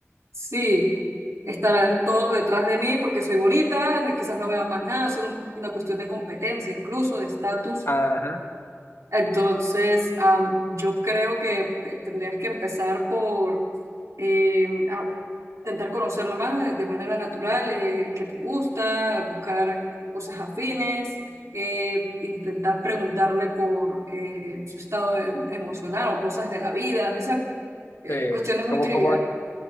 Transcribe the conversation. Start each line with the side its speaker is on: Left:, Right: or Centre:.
Right: sí, estarán todos detrás de mí porque soy bonita, quizás no vean más nada, es un- una cuestión de competencia, incluso de estatus
Left: Ajá,
Right: entonces, am, yo creo que te- tendrías que empezar por eh, a intentar conocerla más de, de manera natural, eh, qué te gusta, buscar cosas afines, eh, intentar preguntarle por eh, su estado em- emocional o cosas de la vida, esas eh,
Left: sí,
Right: cuestiones muy
Left: como,
Right: triviales.
Left: como,